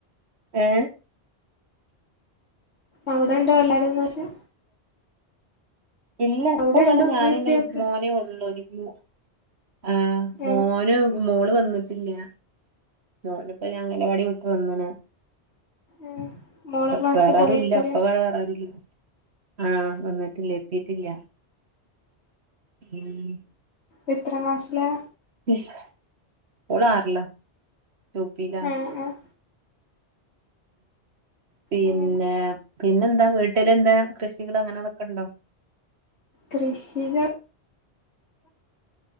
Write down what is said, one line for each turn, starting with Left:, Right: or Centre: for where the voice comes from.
Right: ഏ
Left: അവിടെണ്ടോ എല്ലാരുംന്ന് വെച്ച
Right: ഇല്ല ഇപ്പൊ
Left: അവിടെണ്ട്
Right: ഇവടെ
Left: ഉമ്മീം
Right: ഞാനുന്റെമോനേ
Left: ഉപ്പിയൊക്കെ
Right: ഒള്ളൂ ഒരുവ്യൂ ആഹ്
Left: ഏഹ്
Right: മോനു മോള് വന്ന്ട്ട്ല്ല്യാ മോന്പ്പ ഞാ അംഗലവാടിട്ട് വന്ന്ണ്
Left: ഏഹ് മോള്
Right: പ
Left: ക്ലാസ്
Right: വേറാരുല്ല
Left: പോയേക്കൂലേ
Right: ഇപ്പവ്ട വേറാരുല്ല് ആഹ് വന്നിട്ടില്ല എത്തിട്ടില്ല ഉം.
Left: പ്പെ എത്ര ക്ലാസ്സ്ലാ?
Right: ഏഹ്, ഒളാർല യു പില.
Left: ആഹ് ആഹ്
Right: പിന്നെ
Left: അങ്ങനെ
Right: പിന്നെന്താ വീട്ടിലെന്താ കൃഷികൾ അങ്ങനെ അതൊക്കെ ഇണ്ടോ?
Left: കൃഷിന